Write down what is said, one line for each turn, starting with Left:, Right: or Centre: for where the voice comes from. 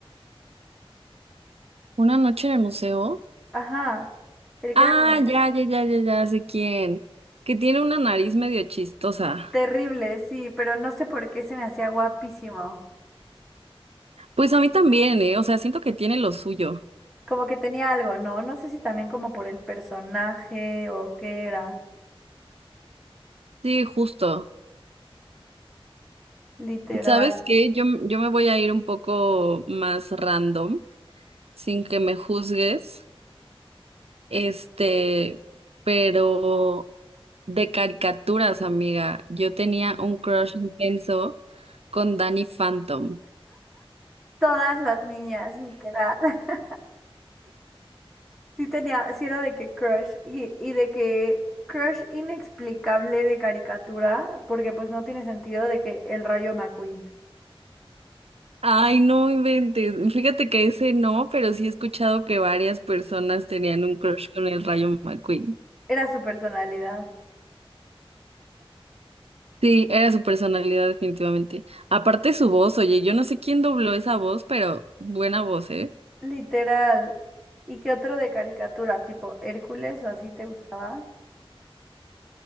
Right: Una noche en el museo.
Centre: Ajá. El que
Right: Ah,
Centre: era como
Right: ya, ya, ya, ya, ya sé quién. Que tiene una nariz medio chistosa.
Centre: Terrible, sí, pero no sé por qué se me hacía guapísimo.
Right: Pues a mí también, ¿eh? O sea, siento que tiene lo suyo.
Centre: Como que tenía algo, ¿no? No sé si también como por el personaje o qué era.
Right: Sí, justo.
Centre: Literal.
Right: ¿Sabes qué? Yo, yo me voy a ir un poco más random, sin que me juzgues, este, pero de caricaturas, amiga. Yo tenía un crush intenso con Danny Phantom.
Centre: Todas las niñas, literal. <laughs> Sí tenía, sí era de que crush y, y de que crush inexplicable de caricatura, porque pues no tiene sentido de que el Rayo McQueen
Right: Ay, no inventes. Fíjate que ese no, pero sí he escuchado que varias personas tenían un crush con el Rayo McQueen.
Centre: era su personalidad.
Right: Sí, era su personalidad definitivamente. Aparte su voz, oye, yo no sé quién dobló esa voz, pero buena voz, ¿eh?
Centre: Literal. ¿Y qué otro de caricatura? Tipo Hércules o así te gustaba?